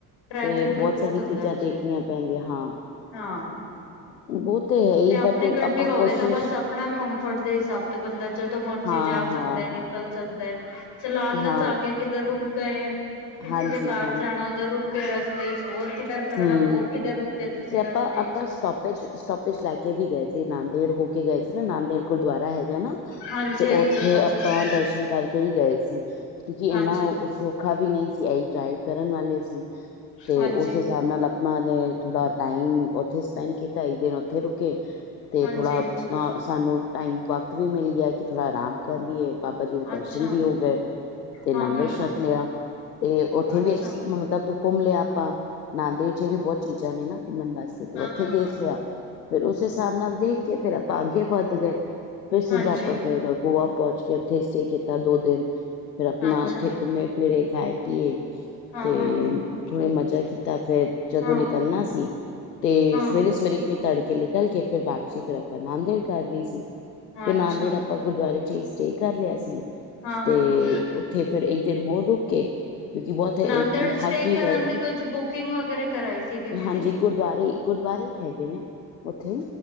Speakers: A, on the left; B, on the left.
A: ਟ੍ਰੈਫਿਕ
B: ਤੇ ਬਹੁਤ
A: ਵੀ
B: ਸਾਰੀ
A: ਹੁੰਦਾ
B: ਚੀਜ਼ਾਂ
A: ਅੱਜ
B: ਦੇਖਣੀਆਂ
A: ਕੱਲ
B: ਪੈਂਦੀਆਂ ਹਾਂ
A: ਹਾਂ
B: ਉਹ ਤੇ ਹੈ ਹੀ
A: ਆਪਣੇ
B: ਬਟ
A: ਗੱਡੀ
B: ਆਪਾਂ
A: ਹੋਵੇ
B: ਕੋਸ਼ਿਸ਼
A: ਤਾਂ ਬਸ ਆਪਣਾ ਕੰਫਰਟ ਦੇ ਹਿਸਾਬ ਤੇ ਬੰਦਾ ਜਦੋਂ ਮਰਜ਼ੀ
B: ਹਾਂ
A: ਜਾ ਸਕਦਾ
B: ਹਾਂ
A: ਨਿਕਲ
B: ਹਾਂ
A: ਸਕਦਾ ਚਲਾਲਚ
B: ਹਾਂ
A: ਆ ਗਿਆ ਕਿਧਰ ਰੁਕ ਗਏ ਕਿਸੇ
B: ਹਾਂਜੀ
A: ਦੇ ਘਰ
B: ਹਾਂਜੀ
A: ਜਾਣਾ ਉਧਰ ਰੁਕ ਰਸਤੇ ਚ ਹੋਰ ਕਿੱਧਰ ਜਾਣਾ
B: ਹਮ
A: ਹੋਰ ਕਿੱਧਰ ਰੁਕੇ ਤੁਸੀਂ
B: ਤੇ ਆਪਾਂ
A: ਰਸਤੇ
B: ਆਪਾਂ
A: ਚ
B: ਸਟੋਪੇਜ ਸਟੋਪੇਜ ਲੈ ਕੇ ਵੀ ਗਏ ਸੀ ਨਨਦੇੜ ਹੋ ਕੇ ਗਏ ਸੀ ਨਾ ਨਾਨਦੇੜ ਗੁਰਦੁਆਰਾ ਹੈਗਾ ਨਾ
A: ਹਾਂਜੀ
B: ਤੇ
A: ਹਾਂਜੀ
B: ਉੱਥੇ
A: ਹਜ਼ੂਰ
B: ਆਪਾਂ
A: ਸਾਹਿਬ
B: ਦਰਸ਼ਨ ਕਰਕੇ ਕ ਹੀ ਗਏ ਸੀ ਕਿਉਂਕਿ ਇੰਨਾ
A: ਹਾਂਜੀ
B: ਸੌਖਾ ਵੀ ਨਹੀਂ ਸੀ ਇਹੀ ਡਰਾਈਵ ਕਰਨ ਵਾਲੇ ਸੀ ਤੇ
A: ਹਾਂਜੀ
B: ਉਸ ਹਿਸਾਬ ਨਾਲ ਆਪਾਂ ਨੇ ਥੋੜਾ ਟਾਈਮ ਉੱਥੇ ਸਪੈਂਡ ਕੀਤਾ ਇੱਕ ਦਿਨ ਉੱਥੇ ਰੁਕੇ ਤੇ
A: ਹਾਂਜੀ
B: ਥੋੜ੍ਹਾ
A: ਹਾਂਜੀ
B: ਅਹ ਸਾਨੂੰ ਟਾਈਮ ਵਕਤ ਵੀ ਮਿਲ ਗਿਆ ਕਿ ਥੋੜਾ ਆਰਾਮ ਕਰ ਲਈਏ ਬਾਬਾ ਜੀ ਦੇ ਦਰਸ਼ਨ
A: ਅੱਛਾ
B: ਵੀ ਹੋ ਗਏ ਤੇ
A: ਹਾਂ
B: ਲੰਗਰ
A: ਹਾਂ
B: ਛਕ
A: ਹਾਂ
B: ਲਿਆ ਤੇ ਉੱਥੇ
A: ਅੱਛਾ
B: ਵੀ ਮਤਲਬ ਘੁੰਮ ਲਿਆ ਆਪਾਂ ਨਾਂਦੇੜ ਚ ਇਹ ਵੀ ਬਹੁਤ ਚੀਜ਼ਾਂ ਨੇ ਨਾ ਘੁੰਮਣ ਵਾਸਤੇ ਤੇ
A: ਹਾਂ
B: ਉੱਥੇ
A: ਹਾਂ ਹਾਂ
B: ਦੇਖ ਲਿਆ ਫਿਰ ਉਸ ਹਿਸਾਬ ਨਾਲ ਦੇਖ ਕੇ ਫਿਰ ਆਪਾਂ ਅੱਗੇ ਵੱਧ ਗਏ ਫਿਰ ਸਿੱਧਾ
A: ਹਾਂਜੀ
B: ਆਪਾਂ ਫਿਰ ਗੋਆ ਪਹੁੰਚ ਕੇ ਉੱਥੇ ਸਟੇ ਕੀਤਾ ਦੋ ਦਿਨ ਫਿਰ ਆਪਣਾ
A: ਅੱਛਾ
B: ਉੱਥੇ ਘੁੰਮੇ ਫਿਰੇ ਖਾਏ ਪੀਏ
A: ਹਾਂ
B: ਤੇ
A: ਹਾਂ ਹਾਂ
B: ਥੋੜਾ ਮਜ਼ਾ ਤਾਂ ਫਿਰ ਜਦੋਂ
A: ਹਾਂ
B: ਨਿਕਲਣਾ ਸੀ ਤੇ
A: ਹਾਂ
B: ਸਵੇਰੇ ਸਵੇਰੇ ਤੜਕੇ ਨਿਕਲ ਕੇ ਫਿਰ ਵਾਪਸੀ ਫਿਰ ਆਪਾਂ ਨਾਂਦੜ ਕਰ ਲਈ ਸੀ ਫਿਰ
A: ਅੱਛਾ
B: ਨਾਦੇੜ ਆਪਾਂ ਗੁਰਦੁਆਰੇ ਚ ਹੀ ਸਟੇ ਕਰ ਲਿਆ ਸੀ
A: ਹਾਂ ਹਾਂ
B: ਤੇ
A: ਹਾਂ
B: ਉੱਥੇ ਫਿਰ ਇੱਕ ਦਿਨ ਹੋਰ ਰੁਕ ਕੇ ਕਿਉਂਕਿ ਬਹੁਤ
A: ਨਾਦੜ
B: ਥੱਕ
A: ਸਟੇ
B: ਵੀ
A: ਕਰ
B: ਗਏ ਸੀ
A: ਦੀ ਕੁਛ ਬੁਕਿੰਗ ਵਗੈ ਕਰਾਈ ਸੀਗੀ ਦੀਦੀ
B: ਹਾਂਜੀ ਗੁਰਦੁਆਰੇ ਗੁਰਦੁਆਰੇ ਹੀ ਹੈਗੇ ਨੇ ਉੱਥੇ